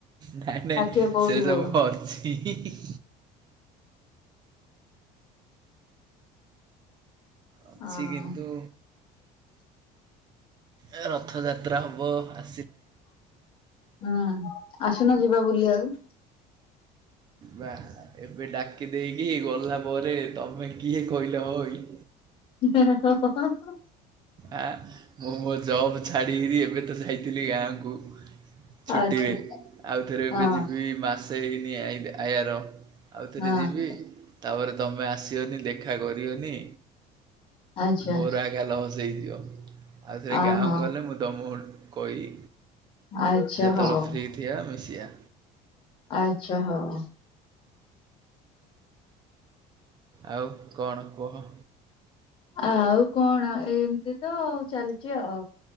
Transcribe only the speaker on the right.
ନାଇଁ ନାଇଁ
ସେ
ସବୁ ଅଛି। ହିଁ ହିଁ ଅଛି
କିନ୍ତୁ ଏ ରଥଯାତ୍ରା ହବ। ଆ
ବା ଏବେ ଡାକି ଦେଇକି ଗଲା ପରେ ତମେ କିଏ କହିଲ ହଇ
ଆ ମୁଁ ମୋ ଜବ୍ ଛାଡ଼ିକିରି ଏବେ ତ ଯାଇଥିଲି ଗାଁକୁ। ଛୁଟିରେ
ଆଉଥରେ ଏବେ
ଯିବି ମାସ ହେଇନି ଆଇତେ ଆୟାର ଆଉଥରେ
ଯିବି ତାପରେ ତୁମେ ଆସିବନି ଦେଖା କରିବନି।
ମୋର ଆଜ୍ଞା ଲସ ହେଇଥିବ ଆଉ ଥରେ
ଗାଁ
କୁ ଗଲେ ମୁଁ ତମକୁ କହିବି।
ଯେତେବେଳେ
ଫ୍ରି ଥିବା ମିଶିବା।
ଆଉ କଣ କୁହ।